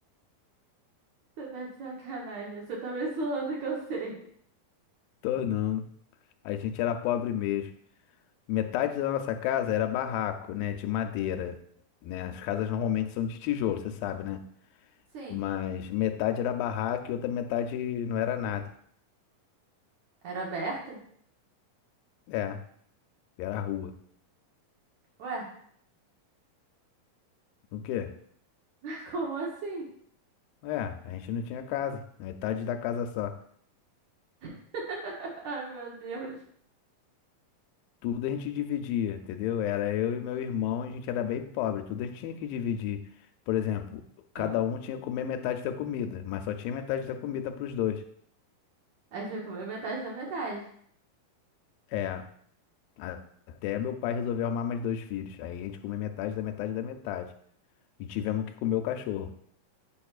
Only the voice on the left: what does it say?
Tô não. A gente era pobre mesmo. Metade da nossa casa era barraco, né, de madeira, né? As casas normalmente são de tijolo, você sabe, né?
Mas metade era barraco e outra metade não era nada.
É, era rua.
O quê?
É, a gente não tinha casa, metade da casa só.
Tudo a gente dividia, entendeu? Era eu e meu irmão, a gente era bem pobre, tudo a gente tinha que dividir. Por exemplo, cada
um tinha que comer metade da comida, mas só tinha metade da comida para os dois.
É. A- Até meu pai resolver arrumar mais dois filhos. Aí a gente comeu metade da metade da metade. E tivemos que comer o cachorro.